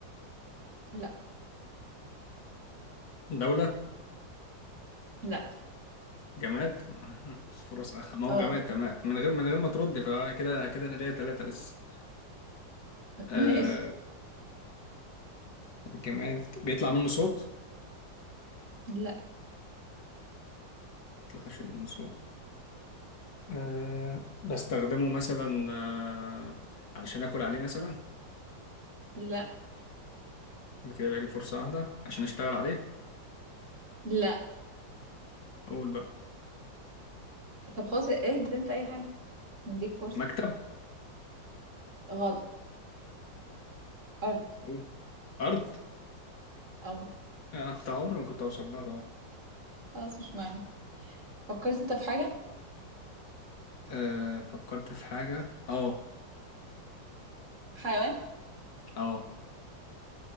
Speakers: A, on the right (about 40°); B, on the left (about 65°).
A: لا
B: دوله
A: لا
B: جماد <laughs> مش فرص أخ... ما هو
A: اه
B: جماد تمام من غير من غير ما ترد فكده كده انا ليا ثلاثة لسه آه...
A: ماشي
B: <laughs> جماد بيطلع منه صوت
A: لا
B: بيطلعش منه صوت آه... بستخدمه مثلا آه... علشان اكل عليه مثلا
A: لا
B: يبقى كده بقى لي فرصة واحدة عشان اشتغل عليه
A: لا
B: اقول بقى
A: طب خلاص ايه انت اي حاجة نديك فرصة
B: مكتب
A: غلط ارض
B: إيه؟ ارض
A: اه
B: انا كنت عمري ما كنت اوصل لها طبعا
A: خلاص مش مهم فكرت انت في حاجة
B: آه... فكرت في حاجة اه
A: حيوان
B: اه